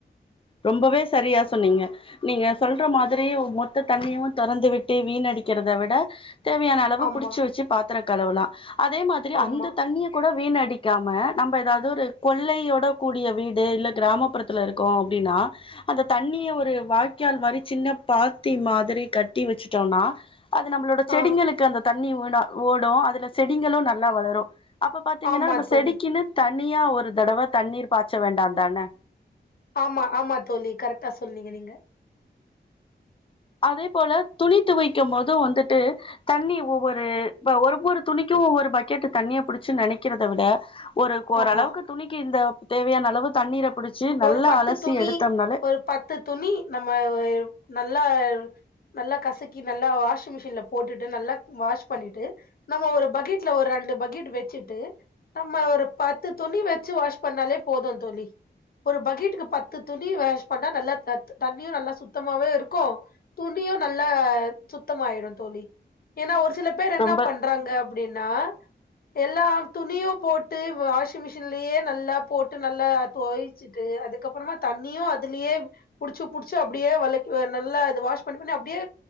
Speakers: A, on the left (about 30°); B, on the left (about 55°).
A: ரொம்பவே சரியா சொன்னீங்க நீங்க சொல்ற மாதிரி மொத்த தண்ணியும் தறந்து விட்டு வீணடிக்கிறத விட. தேவையான அளவு
B: ஆமா
A: புடிச்சு வச்சு பாத் பத்தர கழவுலாம். அதே மாதிரி
B: ஆமா
A: அந்த தண்ணிய கூட. வீண அடிக்காம நம்ம ஏதாவது ஒரு கொள்ளையோட கூடிய வீடு இல்ல கிராமப்புறத்துல இருக்கோ. அப்படின்னா அந்த தண்ணிய ஒரு வாய்கால் மாதிரி சின்ன பாத்தி மாதிரி கட்டி வச்சுட்டோம்னா. அது நம்மளோட செடிங்களுக்கு
B: ஆ
A: அந்த. தண்ணி ஊனா ஓடும் அதுல செடிங்களு நல்லா வளரு அப்ப பாத்தீங்கன்னா
B: ஆமா
A: நம்ம
B: தோழி
A: செடிக்குன்னு தண் தனியா ஒரு தடவ தண்ணீர் பாய்ச்ச வேண்டாந்தானே
B: ஆமா ஆமா தோழி கரெக்டா சொன்னீங்க நீங்க
A: அதே போல துணி துவைக்கும் போதும் வந்துட்டு தண்ணி ஒவ்வொரு ஒவ்வொரு துணிக்கும் ஒவ்வொரு பக்கெட் தண்ணிய புடிச்சு நினைக்கிறத விட ஒரு ஓரளவுக்கு
B: ஆமா
A: துணிக்கு இந்த தேவையான அளவு தண்ணீர புடிச்சு நல்லா
B: ஒரு பத்து
A: அலசி
B: துணி
A: எடுத்தோம்னாலே
B: ஒரு பத்து துணி நம்ம ஒரு நல்லா நல்லா கசக்கி நல்லா வாஷிங் மிஷின்ல போட்டுட்டு நல்லா வாஷ் பண்ணிட்டு நம்ம ஒரு பக்கெட்ல ஒரு ரெண்டு பக்கெட் வச்சுட்டு நம்ம ஒரு பத்து துணி வச்சு வாஷ் பண்ணாலே போது தோழி ஒரு பக்கீட்டுக்கு பத்து துணி வாஷ் பண்ணா நல்லா தண்ணியு நல்லா சுத்தமாவே இருக்கு துணியு நல்லா சுத்தமாயிரும் தோழி ஏன்னா ஒரு சில சில பேர் என்ன
A: ரொம்ப
B: பண்றாங்க அப்படின்னா எல்லார் துணியு போட்டு வாஷிங் மிஷின்லயே நல்லா போட்டு நல்லா தோயச்சுட்டு அதுக்கப்புறமா தண்ணியு அதுலயே புடிச்சு புடிச்சு அப்படியே விளக் நல்லா அது வாஷ் பண்ணி பண்ணி அப்படியே